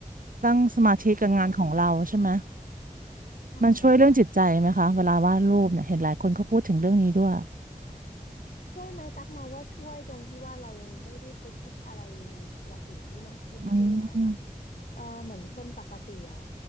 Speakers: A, on the right (about 70°); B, on the left (about 65°).
A: ตั้งสมาธิกับงานของเราใช่ไหม
B: ใช่ค่ะใช่ค่ะ
A: มันช่วยเรื่องจิตใจไหมคะเวลาวาดรูปเนี่ยเห็นหลายคนเขาพูดถึงเรื่องนี้ด้วย
B: ช่วยไหมตักมองว่าช่วยตรงที่ว่าเราไม่ได้ไปคิดอะไรอย่างอื่นที่มันเครียดเครียดอะค่ะ
A: อืม
B: เออเหมือนคนปกติอะ